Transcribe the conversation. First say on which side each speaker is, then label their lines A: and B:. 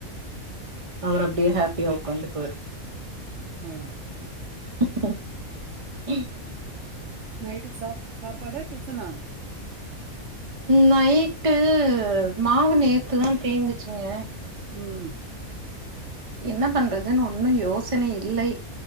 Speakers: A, on the right (about 30°); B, on the right (about 60°).
A: அவர் அப்டியே ஹாப்பியா உக்காந்துகுவாரு!
B: அ
A: ஹ்ம்ம்! ஹ்ம்!
B: நைட்டுக்கு சா சாப்பாடா? டிஃபனா?
A: நைட்டு மாவு நேத்துதா தீந்துச்சுங்க!
B: ம்
A: என்ன பண்றதுன்னு ஒன்னு யோசனை இல்லை